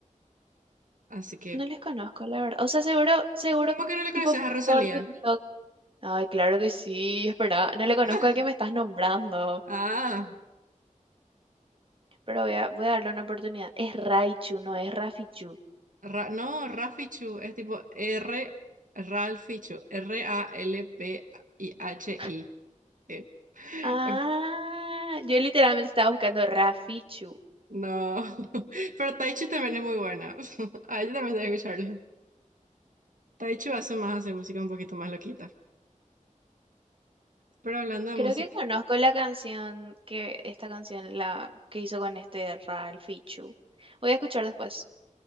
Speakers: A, on the right; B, on the right.
A: Así que,
B: No les conozco, la verdad. O sea, seguro, seguro,
A: ¿cómo que no le
B: tipo
A: conoces a Rosalía?
B: por TikTok. Ay, claro que sí, espera. No le conozco
A: <laughs>
B: al que me estás nombrando.
A: Ah,
B: Pero voy a, voy a darle una oportunidad. Es Raichu, no es Rafichu.
A: Ra- no, Rafichu, es tipo R, Ralfichu, R-A-L-P-I-H-I.
B: <laughs>
A: eh.
B: Ah,
A: eh,
B: yo literalmente estaba buscando Rafichu.
A: No, <laughs> pero Taichu también es muy buena. <laughs> A ella también debe escucharle. Taichu hace más, hace música un poquito más loquita. Pero hablando de
B: Creo
A: música,
B: que conozco la canción que, esta canción la que hizo con este Ralfichu. Voy a escuchar después.